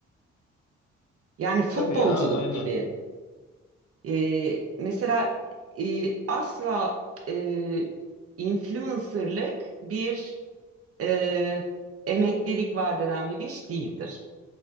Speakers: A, on the right; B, on the left.
A: Yani futbolculuk
B: Tabii ya, aynen.
A: gibi. Ee, mesela e, asla e, influencerlık bir e, emeklilik vaat eden bir iş değildir.